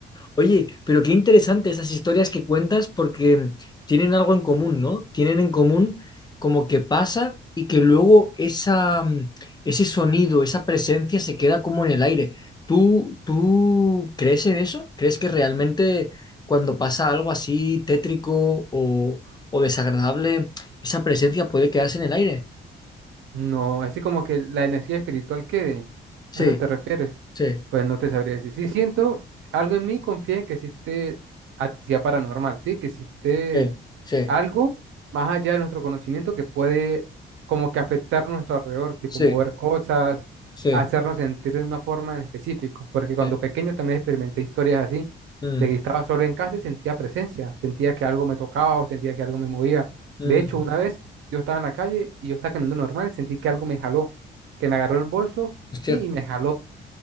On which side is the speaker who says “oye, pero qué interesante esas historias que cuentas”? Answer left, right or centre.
Left